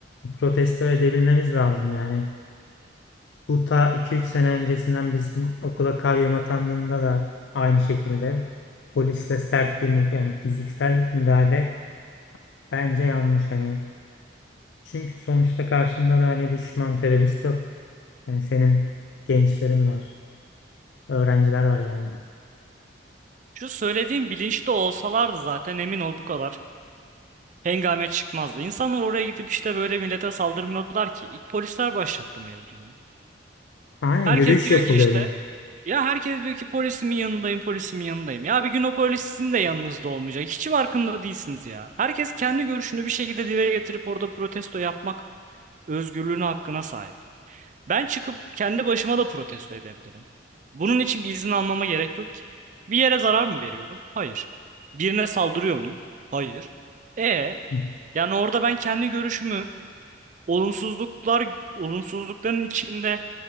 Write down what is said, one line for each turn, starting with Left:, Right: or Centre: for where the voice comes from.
Left: protesto edebilmemiz lazım yani. Bu ta iki üç sene öncesinden bizim okula kayyum atandığında da aynı şekilde polisle sert bir mü- yani fiziksel müdahale bence yanlış hani. Çünkü sonuçta karşında da hani düşman terörist yok. Yani senin gençlerin var, öğrenciler var yani.
Right: Şu söylediğim bilinçli olsalardı zaten emin ol bu kadar hengame çıkmazdı. İnsanlar oraya gidip işte böyle millete saldırmadılar ki. İlk polisler başlattı mevzuyu.
Left: Aynen
Right: Herkes
Left: yürüyüş
Right: diyor
Left: yapılıyordu.
Right: ki işte ya herkes diyor ki polisimin yanındayım polisimin yanındayım. Ya bir gün o polis sizin de yanınızda olmayacak. Hiç farkında değilsiniz ya. Herkes kendi görüşünü bir şekilde dile getirip orada protesto yapmak özgürlüğüne hakkına sahip. Ben çıkıp kendi başıma da protesto edebilirim. Bunun için bir izin almama gerek yok ki. Bir yere zarar mı veriyorum? Hayır. Birine saldırıyor muyum? Hayır. E
Left: <laughs>
Right: yani orada ben kendi görüşümü olumsuzluklar olumsuzlukların içinde